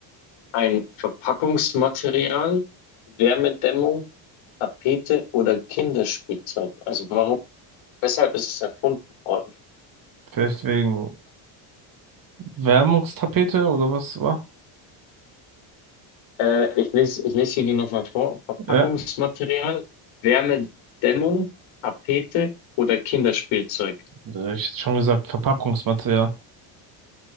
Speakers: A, on the left; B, on the right.
A: Ein Verpackungsmaterial, Wärmedämmung, Tapete oder Kinderspielzeug? Also warum, weshalb ist es erfunden worden?
B: Vielleicht wegen Wärmungstapete oder was war?
A: Äh, ich lese, ich lese hier die nochmal vor. Verpackungsmaterial,
B: Ja,
A: Wärmedämmung, Tapete oder Kinderspielzeug.
B: äh, ich hätte schon gesagt Verpackungsmaterial.